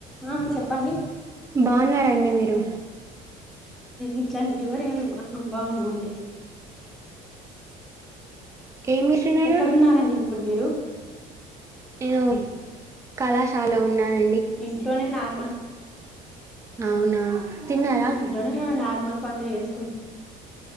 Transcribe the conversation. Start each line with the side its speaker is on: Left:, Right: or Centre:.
Centre: ఆ చెప్పండి
Right: బాగున్నారండి మీరు
Centre: ఇట్లాంటి వివరాలు బాగున్నా అండి
Right: ఏం చేస్తున్నారు
Centre: ఎక్కడున్నానండి ఇప్పుడు మీరు
Right: నేను కళాశాలొ ఉన్నాను
Centre: ఇంట్లోనే నా మ
Right: అవునా తిన్నారా
Centre: ఇంట్లోనే నార్మల్ పనులు చేసు